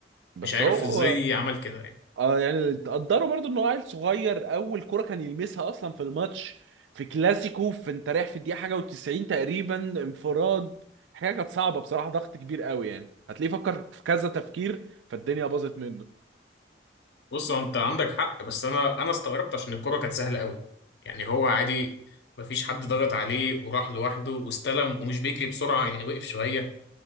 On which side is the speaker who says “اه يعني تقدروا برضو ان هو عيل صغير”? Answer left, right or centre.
Right